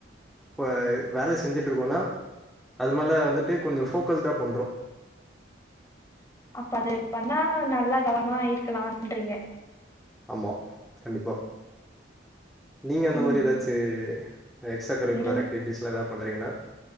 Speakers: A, in the centre; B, on the left.
A: இப்போ வேல செஞ்சுட்டு இருக்கோன்னா அது மாரிலா வந்துட்டு கொஞ்சோ ஃபோக்கஸ்ட்டா பண்றோ
B: அப்ப அது பண்ணா நல்லா கவனமா இருக்கலான்ரீங்க
A: ஆமா கண்டிப்பா நீங்க அந்த
B: ம்
A: மாதிரி ஏதாச்சு எக்ஸ்டரா கரிக்குலர்
B: இல்
A: ஆக்டிவிட்டிஸ்ல்ளா எதா பன்றீங்களா